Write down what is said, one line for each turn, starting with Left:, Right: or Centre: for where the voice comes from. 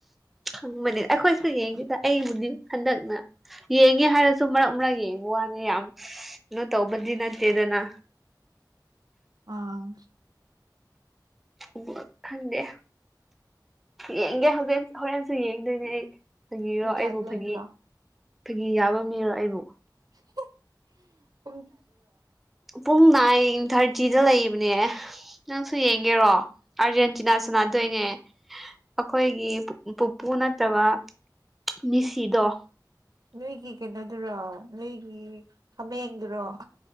Centre: ꯈꯪꯕꯅꯤ ꯑꯩꯈꯣꯏꯁꯨ ꯌꯦꯡꯒꯦꯗ ꯑꯩꯕꯨꯗꯤ ꯍꯟꯗꯛꯅ ꯌꯦꯡꯉꯦ ꯍꯥꯏꯔꯁꯨ ꯃꯔꯛ ꯃꯔꯛ ꯌꯦꯡꯕ ꯋꯥꯅꯤ ꯌꯥꯝ ꯀꯩꯅꯣ ꯇꯧꯕꯗꯤ ꯅꯠꯇꯦꯗꯅ
Right: ꯑꯥ
Centre: ꯎ ꯈꯪꯗꯦ ꯌꯦꯡꯒꯦ ꯍꯧꯔ‌ꯦꯟ ꯍꯣꯔꯦꯟꯁꯨ ꯌꯦꯡꯗꯣꯏꯅꯦ ꯑꯩ ꯐꯥꯒꯤꯔꯣ
Right: ꯄꯨꯡ
Centre: ꯑꯩꯕꯨ
Right: ꯀꯌꯥꯗ ꯂꯩꯕ꯭ꯔꯣ
Centre: ꯐꯥꯒꯤ ꯐꯥꯒꯤ ꯌꯥꯕ ꯃꯤꯔꯣ ꯑꯩꯕꯨ
Right: <unintelligible>
Centre: ꯄꯨꯡ ꯅꯥꯏꯟ ꯊꯥꯔꯇꯤꯗ ꯂꯩꯕꯅꯦ ꯅꯪꯁꯨ ꯌꯦꯡꯒꯦꯔꯣ ꯑꯥꯔꯖꯦꯟꯇꯤꯅꯥ ꯁꯥꯟꯅꯗꯣꯏꯅꯦ ꯑꯩꯈꯣꯏꯒꯤ ꯄꯨꯄꯨ ꯅꯠꯇꯕ ꯃꯤꯁꯤꯗꯣ
Right: ꯅꯣꯏꯒꯤ ꯀꯩꯅꯣꯗꯨꯔꯣ ꯅꯣꯏꯒꯤ ꯍꯥꯃꯦꯡꯗꯨꯔꯣ